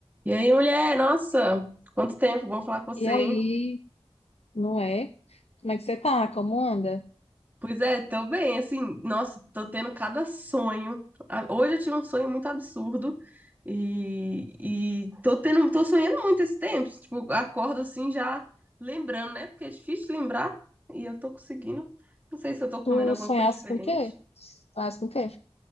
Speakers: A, on the right; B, on the left.
A: E aí, mulher, nossa, quanto tempo, bom falar com você,
B: E aí,
A: hein?
B: não é? Como é que você tá? Como anda?
A: Pois é, tô bem, assim, nossa, tô tendo cada sonho. Ah, Hoje eu tive um sonho muito absurdo e, e tô tendo, tô sonhando muito esse tempo, tipo, acordo assim já lembrando, né? Porque é difícil lembrar e eu tô conseguindo. Não sei se eu tô comendo
B: Tu
A: alguma
B: sonhaste
A: coisa diferente.
B: com o quê? Sonhaste com o quê?